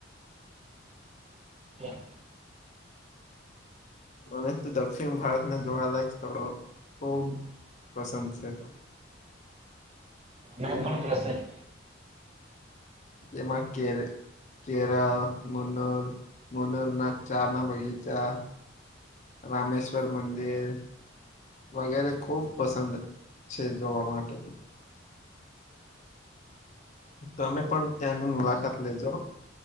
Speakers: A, on the right; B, on the left.
A: વા
B: મને તો દક્ષિણ ભારતને જોવા લાયક સ્થળો, ખુબ પસંદ છે તો
A: મે પણ પ્રસન
B: એમાં કેર, કેરાવ, મુનુર, મુનુરના ચારણા, બગીચા, રામેશ્વર મંદિર વગેરે ખુબ પસંદ છે. જોવા માટે તમે પણ ત્યાંની મુલાકાત લેજો,